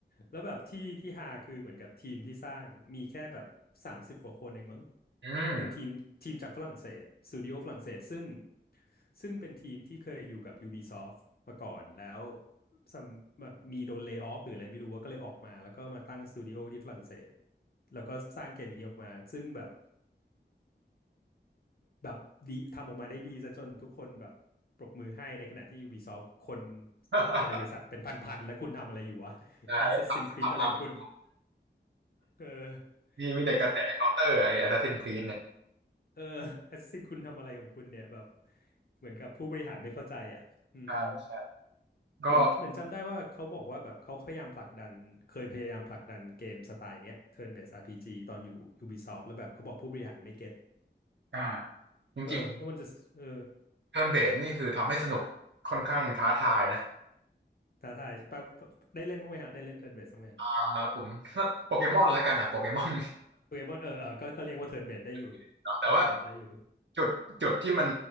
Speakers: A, on the left; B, on the right.
A: แล้วแบบที่ที่ฮาคือเหมือนกับทีมที่สร้างมีแค่แบบสามสิบกว่าคนเองมั้ง
B: อืม
A: เป็นทีมทีมจากฝรั่งเศสสตูดิโอฝรั่งเศสซึ่งซึ่งเป็นทีมที่เคยอยู่กับ Ubisoft มาก่อนแล้วซัมแบบมีโดนเล y off หรืออะไรไม่รู้ว่าก็เลยออกมาแล้วก็มาตั้งสตูดิโอที่ฝรั่งเศสแล้วก็สร้างเกมนี้ออกมาซึ่งแบบ แบบดีทำออกมาได้ดีซะจนทุกคนแบบปรบมือให้ในขณะที่ Ubisoft คน
B: <laughs>
A: คนในบริษัทเป็นพันๆแล้วคุณทำอะไรอยู่วะ <laughs>
B: ได้ทำทำมา
A: Assassin's Creed อะไรของคุณเออ
B: มีมีเด็กกระแสเคาน์เตอร์ไอ้
A: เออ
B: Assassin's Creed เนี่ย
A: เออ Assassin คุณทำอะไรของคุณเนี่ยแบบเหมือนกับผู้บริหารไม่เข้าใจอ่ะอืม
B: ใช่ใช่ก็
A: เหมือนเหมือนจำได้ว่าเขาบอกว่าแบบเขาพยายามผลักดันเคยพยายามผลักดันเกมสไตล์เนี้ย Turn-based RPG ตอนอยู่ Ubisoft แล้วแบบเขาบอกผู้บริหารไม่เก็ต
B: อ่าจริง
A: เออว่ามันจะเออ
B: ๆเทิร์นเบสนี่คือทำให้สนุกค่อนข้างท้าทายนะ
A: ท้าทายแปลได้เล่นบ้างไหมฮะได้เล่นเทิร์นเบสบ้างไหม
B: อ่าผม <laughs> โปเกมอนแล้วกันนะโปเกมอน
A: โปเกมอนเออเออก็ก็เรียกว่าเทิร์นเบสได้อยู่
B: <laughs> แต่ว่า
A: ก็เทิร์นเบสได้อยู่
B: จุดจุดที่มัน